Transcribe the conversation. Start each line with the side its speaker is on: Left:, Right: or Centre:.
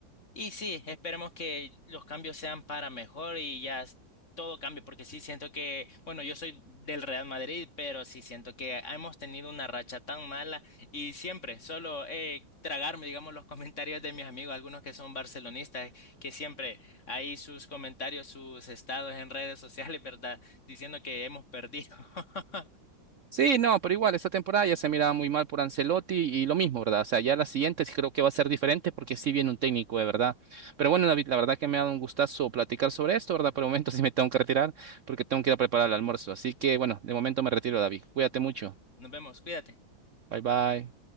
Left: Y sí, esperemos que los cambios sean para mejor y ya s- todo cambie, porque sí siento que, bueno, yo soy del Real Madrid, pero sí siento que hemos tenido una racha tan mala y siempre solo eh, tragarme, digamos, los <laughs> comentarios de mis amigos, algunos que son barcelonistas, que siempre hay sus comentarios, sus estados en redes sociales, <laughs> ¿verdad? Diciendo que hemos perdido. <laughs>
Right: Sí, no, pero igual, esta temporada ya se miraba muy mal por Ancelotti y lo mismo, ¿verdad? O sea, ya las siguientes creo que va a ser diferente porque sí viene un técnico, de verdad. Pero bueno, David, la verdad que me ha dado un gustazo platicar sobre esto, ¿verdad? Por el momento <laughs> sí me tengo que retirar porque tengo que ir a preparar el almuerzo. Así que bueno, de momento me retiro, David. Cuídate mucho.
Left: Nos vemos, cuídate.
Right: Bye bye.